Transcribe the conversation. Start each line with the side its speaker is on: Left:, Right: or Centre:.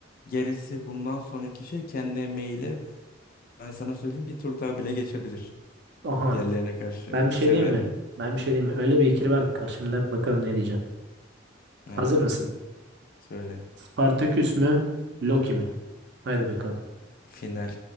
Left: Gerisi bundan sonraki şey kendi emeğiyle ben sana söyleyeyim bir tur daha bile geçebilir.
Right: Aha.
Left: Diğerlerine karşı.
Right: Ben bir
Left: Severim.
Right: şey diyeyim mi? Ben bir şey diyeyim mi? Öyle bir ikili var ki karşımda bakalım ne diyeceksin. Hazır
Left: Heh.
Right: mısın?
Left: Söyle.
Right: Spartaküs mü? Loki mi? Haydi bakalım.
Left: Final